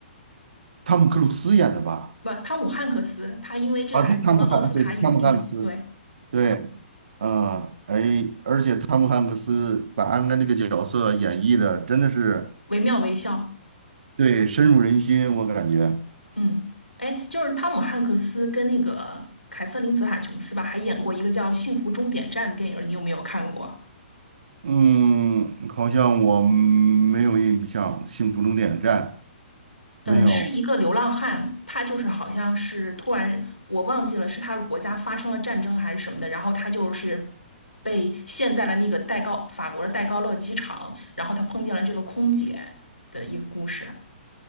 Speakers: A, on the right; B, on the left.
A: 汤姆克鲁斯演的吧？
B: 不，汤姆汉克斯，他因为这个还得了奥斯卡影帝，
A: 啊，他汤姆汉对汤姆汉克斯
B: 对，
A: 对，嗯，哎，而且汤姆汉克斯把阿甘这个角色演绎的真的是
B: 惟妙惟肖。
A: 对深入人心，我感觉。
B: 嗯，哎，就是汤姆汉克斯跟那个凯瑟琳·泽塔·琼斯吧，还演过一个叫《幸福终点站》的电影儿，你有没有看过？
A: 嗯，好像我没有印象，《幸福终点站》
B: 嗯，
A: 没有。
B: 是一个流浪汉，他就是好像是突然我忘记了是他的国家发生了战争还是什么的，然后他就是被陷在了那个戴高法国的戴高乐机场，然后他碰见了这个空姐的一个故事。